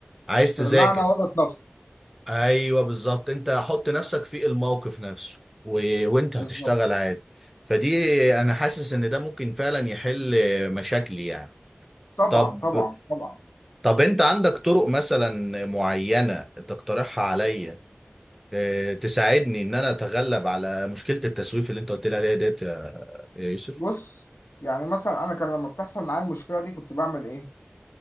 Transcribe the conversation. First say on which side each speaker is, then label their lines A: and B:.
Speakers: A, in the centre; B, on the left.
A: عايز تذاكر
B: بمعنى ورط نفسه
A: ايوه بالظبط انت حط نفسك في الموقف نفسه و... وانت
B: بالظبط
A: هتشتغل عادي فدي
B: بالظبط
A: انا حاسس ان ده ممكن فعلا يحل مشاكلي يعني
B: طبعا
A: طب
B: طبعا طبعا
A: طب انت عندك طرق مثلا معينة تقترحها عليا آه، تساعدني ان انا اتغلب على مشكلة التسويف اللي انت قلت لي عليها ديت يا يا يوسف
B: بص يعني مثلا أنا كان لما بتحصل معايا المشكلة دي كنت بعمل إيه؟